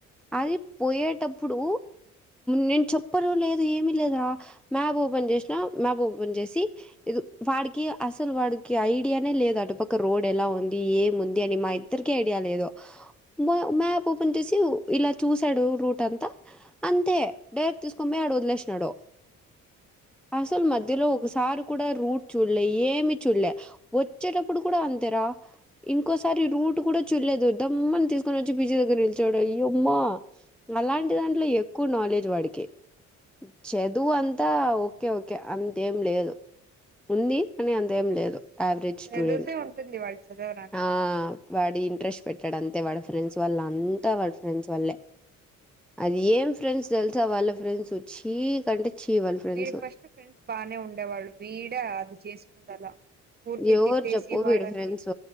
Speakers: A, in the centre; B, on the right.
A: అది పోయేటప్పుడు నేన్ చెప్పను లేదు ఏమి లేదురా మ్యాప్ ఓపెన్ చేసినా మ్యాప్ ఓపెన్ చేసి ఇద్ వాడికి అసలు వాడికి ఐడియా నే లేదు అటుపక్క రోడ్ ఎలా ఉంది ఏం ఉంది అని మా ఇద్దరిక ఐడియా లేదు మా మ్యాప్ కొంత సేవ్ ఇలా చూసాడు రూట్ అంతా అంతే డైరెక్ట్ తీసుకొని పోయి ఆడ వదిలేసినాడు అసలు మధ్యలో ఒకసారి కూడా రూట్ చూడలే ఏమి చూడలే వచ్చేటప్పుడు కూడా అంతేరా ఇంకోసారి రూట్ కూడా చు చూడలేదు దమ్మని తీసుకొని వచ్చి పీజీ దగ్గర నిలిచోడు అయ్యో అమ్మ అలాంటిదాని ఎక్కువ నాలెడ్జ్ వాడికే చదువు అంతా ఓకే ఓకే అంతేం లేదు ఉంది కానీ అంతేం లేదు యావరేజ్ స్టూడెంట్
B: చదివితే ఉంటుంది వాళ్ళు చదవరాని
A: ఆ వాడు ఇంట్రెస్ట్ పెట్టడు అంతే వాడు ఫ్రెండ్స్ వళ్ళ అంతా వాడు ఫ్రెండ్స్ వళ్లే అది ఏం ఫ్రెండ్స్ తెలుసా వాళ్ళ ఫ్రెండ్స్ చీ కంటే చీ వాళ్ళ ఫ్రెండ్స్
B: వీడి
A: ఉమ్
B: ఫస్ట్ ఫ్రెండ్స్ బానే ఉండేవాళ్ళు వీడే అది చేసుకుండలా ఊర్కే
A: ఎవరు
B: తిట్టేసి
A: చెప్పు
B: వాళ్లని
A: వీడి ఫ్రెండ్స్